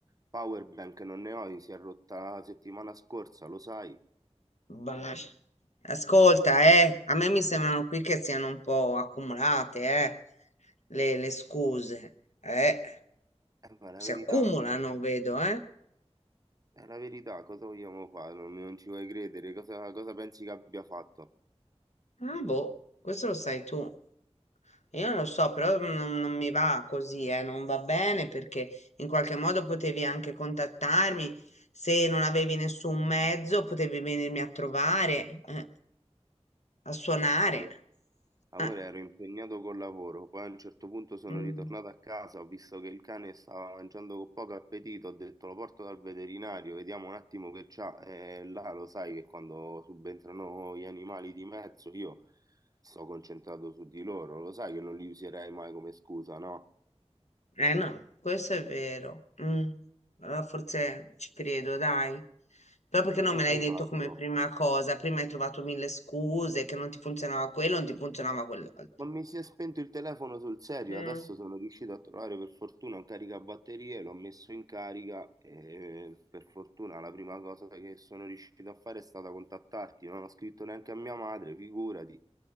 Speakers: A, on the right; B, on the left.
A: Powerbank non ne ho, si è rotta la settimana scorsa, lo sai.
B: Bah, Ascolta, eh, a me mi sembrano qui che siano un po' accumulate, eh, le, le scuse, eh,
A: Eh, ma è la
B: si
A: verità,
B: accumulano, vedo, eh.
A: è la verità, cosa vogliamo fare? Non, non ci vuoi credere, cosa, cosa pensi che abbia fatto,
B: Ah, boh, questo lo sai tu. Io non lo so, però non, non mi va così, eh, non va bene perché in qualche modo potevi anche contattarmi, se non avevi nessun mezzo potevi venirmi a trovare. eh. A suonare.
A: amore? Amore,
B: Ah,
A: ero impegnato col lavoro, poi a un certo punto sono
B: mm.
A: ritornato a casa, ho visto che il cane stava mangiando con poco appetito, ho detto lo porto dal veterinario, vediamo un attimo che c'ha. E là lo sai che quando subentrano gli animali di mezzo io sto concentrato su di loro, lo sai che non li userei mai come scusa, no?
B: Eh no, questo è vero. Mm. Allora forse ci credo, dai. Però perché
A: Ma
B: non
A: tu
B: me
A: che
B: l'hai
A: hai
B: detto
A: fatto?
B: come prima cosa? Prima hai trovato mille scuse, che non ti funzionava quello, non ti funzionava quell'altro.
A: Ma mi si è spento il telefono sul serio,
B: Mm.
A: adesso sono riuscito a trovare per fortuna un caricabatterie, l'ho messo in carica e per fortuna la prima cosa che sono riuscito a fare è stata contattarti, non ho scritto neanche a mia madre, figurati,